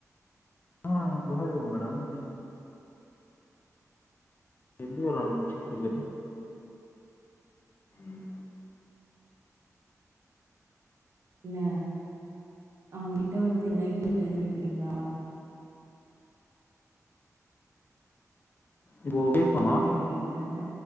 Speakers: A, on the left; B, on the right.
A: ஆ விளாடுவோ மேடம் நீங் எந்த ஊரு அனுப்பிச்சிருக்கிய ம்
B: இல்ல அவங்கிட்ட வந்து எதனா கேம் எதனா கேட்ருக்கீங்ளா
A: இது ஓ டி கமா
B: இது கேக்குத்தாவுள